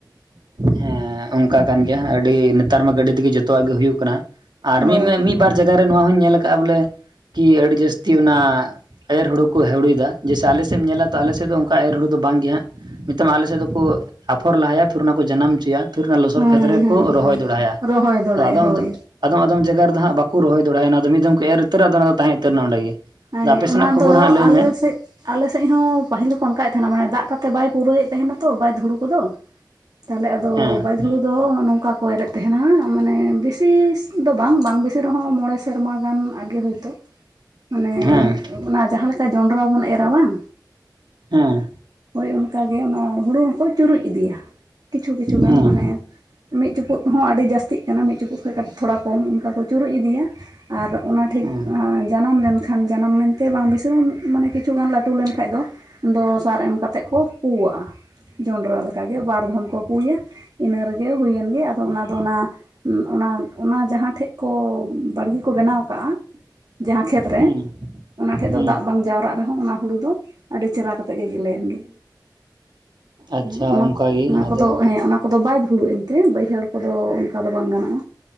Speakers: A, on the right; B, on the right.
A: ᱦᱮᱸ ᱚᱱᱠᱟ ᱠᱟᱱ ᱜᱮᱭᱟ ᱟᱹᱰᱤ ᱱᱮᱛᱟᱨ ᱢᱟ ᱜᱟᱹᱰᱤ ᱛᱮᱜᱮ ᱡᱚᱛᱚᱣᱟᱜ ᱜᱮ ᱦᱩᱭᱩᱜ ᱠᱟᱱᱟ ᱟᱨ
B: ᱚ
A: ᱢᱤᱫ ᱢᱟ ᱢᱤᱫ ᱵᱟᱨ ᱡᱟᱭᱜᱟ ᱨᱮ ᱱᱚᱣᱟ ᱦᱚᱸᱧ ᱧᱮᱞ ᱟᱠᱟᱫᱼᱟ ᱵᱚᱞᱮ ᱠᱤ ᱟᱹᱰᱤ ᱡᱟᱹᱥᱛᱤ ᱚᱱᱟ ᱮᱨ ᱦᱩᱲᱳ ᱠᱚ ᱠᱚ ᱦᱟᱹᱲᱩᱭᱮᱫᱟ ᱡᱮᱥᱮ ᱟᱞᱮ ᱥᱮᱫ ᱮᱢ ᱧᱮᱞᱟ ᱛᱚ ᱟᱞᱮ ᱥᱮᱫ ᱫᱚ ᱚᱱᱠᱟ ᱮᱨ ᱦᱩᱲ ᱫᱚ ᱵᱟᱝᱜ ᱜᱮ ᱦᱟᱸᱜ ᱱᱤᱛᱚᱝ ᱟᱞᱮ ᱥᱮᱫ ᱫᱚᱠᱚ ᱟᱯᱷᱚᱨ ᱞᱟᱦᱟᱭᱟ ᱯᱷᱤᱨ ᱚᱱᱟ ᱠᱚ ᱡᱟᱱᱟᱢ ᱦᱚᱪᱚᱭᱟ᱾ ᱛᱷᱤᱨ ᱨᱮᱱᱟᱜ ᱞᱚᱥᱚᱫ
B: ᱦᱮᱸ
A: ᱠᱷᱮᱛ ᱨᱮᱠᱚ
B: ᱦᱮᱸ
A: ᱨᱚᱦᱚᱭ
B: ᱦᱮᱸ
A: ᱫᱚᱦᱲᱟᱭᱟ
B: ᱨᱚᱦᱚᱭ ᱫᱚᱲᱟᱭᱟ
A: ᱟᱫᱚ ᱟᱫᱚᱢ
B: ᱦᱳᱭ
A: ᱫᱚ, ᱟᱫᱚᱢ ᱟᱫᱚᱢ ᱡᱟᱭᱜᱟ ᱨᱮᱫᱚ ᱦᱟᱸᱜ ᱵᱟᱠᱚ ᱨᱚᱦᱚᱭ ᱫᱚᱲᱦᱟᱭᱟ ᱱᱚᱣᱟ ᱫᱚ ᱢᱤᱫ ᱫᱚᱢ ᱠᱚ ᱮᱨ ᱩᱛᱟᱹᱨᱟ ᱟᱫᱚ ᱚᱱᱟ ᱫᱚ ᱛᱟᱦᱮᱸ ᱩᱛᱟᱹᱨ ᱮᱱᱟ ᱚᱸᱰᱮ ᱜᱮ᱾
B: ᱦᱮᱸ
A: ᱟᱫᱚ ᱟᱯᱮ
B: ᱚᱱᱟ
A: ᱥᱮᱱᱟᱜ ᱠᱷᱚᱵᱚᱨ
B: ᱫᱚ
A: ᱦᱟᱸᱜ ᱞᱟᱹᱭ
B: ᱟᱞᱮ
A: ᱢᱮ
B: ᱥᱮᱜ, ᱟᱞᱮ ᱥᱮᱜ ᱦᱚᱸ ᱯᱟᱹᱦᱤᱞ ᱫᱚᱠᱚ ᱚᱱᱠᱟᱭᱮᱫ ᱛᱟᱦᱮᱱᱟ ᱢᱟᱱᱮ ᱫᱟᱜᱽ ᱠᱟᱛᱮ ᱵᱟᱭ ᱯᱩᱨᱟᱹᱣ ᱮᱫ ᱛᱟᱦᱮᱸᱱᱟ ᱛᱚ ᱵᱟᱭᱮᱫ ᱫᱷᱩᱲᱩ ᱠᱚᱫᱚ ᱛᱟᱦᱚᱞᱮ ᱟᱫᱚ
A: ᱦᱮᱸ
B: ᱵᱟᱹᱫᱽ ᱦᱩᱲᱩ ᱫᱚ ᱱᱚᱝᱠᱟ ᱠᱚ ᱮᱨᱮᱫ ᱛᱟᱦᱮᱱᱟ᱾ ᱢᱟᱱᱮ ᱵᱮᱥᱤᱥ ᱫᱚ ᱵᱟᱝ ᱵᱟᱝ ᱵᱮᱥᱤ ᱨᱮᱦᱚᱸ ᱢᱚᱬᱮ ᱥᱮᱨᱢᱟ ᱜᱟᱱ ᱟᱜᱮ ᱦᱳᱭᱛᱚ, ᱢᱟᱱᱮ
A: ᱦᱮᱸ ᱦᱮᱸ
B: ᱚᱱᱟ ᱡᱟᱦᱟᱸ ᱞᱮᱠᱟ ᱡᱚᱱᱰᱨᱟ ᱵᱚᱱ ᱮᱨᱟ ᱵᱟᱝ,
A: ᱦᱮᱸ
B: ᱦᱳᱭ ᱚᱱᱠᱟ ᱜᱮ ᱚᱱᱟ ᱦᱩᱲᱩ ᱦᱚᱸᱠᱚ ᱪᱩᱨᱩᱡ ᱤᱫᱤᱭᱟ ᱠᱤᱪᱷᱩ ᱠᱤᱪᱷᱩ ᱜᱟᱱ
A: ᱦᱮᱸ
B: ᱢᱟᱱᱮ, ᱢᱤᱫ ᱪᱩᱯᱩᱫ ᱦᱚᱸ ᱟᱹᱰᱤ ᱡᱟᱹᱥᱛᱤᱜ ᱠᱟᱱᱟ ᱢᱤᱫ ᱪᱩᱯᱩᱫ ᱠᱷᱚᱭ ᱠᱟᱹᱴ ᱛᱷᱚᱲᱟ ᱠᱚᱢ ᱚᱱᱠᱟ ᱠᱚ ᱪᱩᱨᱩᱡ ᱤᱫᱤᱭᱟ᱾ ᱟᱨ ᱚᱱᱟ ᱴᱷᱤᱠ
A: ᱦᱮᱸ
B: ᱡᱟᱱᱟᱢ ᱞᱮᱱᱠᱷ ᱠᱷᱟᱱ ᱡᱟᱱᱟᱢ ᱢᱮᱱᱛᱮ ᱵᱟᱝ ᱵᱤᱥᱟᱹᱣᱟ ᱢᱟᱱᱮ ᱠᱤᱪᱷᱩ ᱜᱟᱱ ᱞᱟᱹᱴᱩ ᱞᱮᱱ ᱠᱷᱟᱭ ᱫᱚ ᱟᱫᱚ ᱥᱟᱨ ᱮᱢ, ᱠᱟᱛᱮᱜ ᱠᱚ ᱯᱩᱣᱟᱜᱼᱟ ᱡᱚᱸᱰᱨᱟ ᱞᱮᱠᱟ ᱜᱮ ᱵᱟᱨ ᱫᱷᱚᱢ ᱠᱚ ᱯᱩᱭᱟ ᱤᱱᱟᱹ ᱨᱮᱜᱮ ᱦᱩᱭᱮᱱ ᱜᱮ ᱟᱫᱚ ᱚᱱᱟ ᱫᱚ ᱚᱱᱟ, ᱚᱱᱟ ᱚᱱᱟ ᱡᱟᱦᱟᱸ ᱴᱷᱮᱜ ᱠᱚ ᱵᱟᱹᱲᱜᱤ ᱠᱚ ᱵᱮᱱᱟᱣ ᱠᱟᱜᱼᱟ ᱡᱟᱦᱟᱸ ᱠᱷᱮᱛ ᱨᱮ
A: ᱦᱮᱸ
B: ᱚᱱᱟ ᱴᱷᱮᱜ ᱫᱚ
A: ᱦᱮᱸ
B: ᱫᱟᱜᱽ ᱵᱟᱝ ᱡᱟᱣᱨᱟᱜ ᱨᱮᱦᱚᱸ ᱚᱱᱟ ᱦᱩᱲᱩ ᱫᱚ ᱟᱹᱰᱤ ᱪᱮᱨᱦᱟ ᱠᱟᱛᱮ ᱜᱮ ᱜᱮᱞᱮ ᱭᱮᱱ ᱜᱮ᱾
A: ᱟᱪᱪᱷᱟ
B: ᱦᱩᱸ ᱚᱱᱟ
A: ᱚᱱᱠᱟᱜᱮ
B: ᱚᱱᱟ
A: ᱟᱫᱚ
B: ᱠᱚᱫᱚ ᱦᱮᱸ ᱚᱱᱟ ᱠᱚᱫᱚ ᱵᱟᱭᱮᱫ ᱦᱩᱲᱩ ᱮᱱᱛᱮ ᱵᱟᱹᱭᱦᱟᱹᱲ ᱠᱚᱫᱚ ᱚᱱᱠᱟ ᱫᱚ ᱵᱟᱝ ᱜᱟᱱᱚᱜᱼᱟ᱾